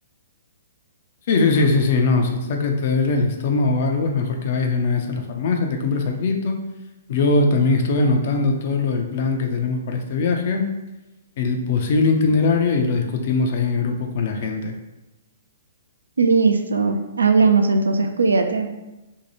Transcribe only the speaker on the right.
Listo, hablamos entonces, cuídate.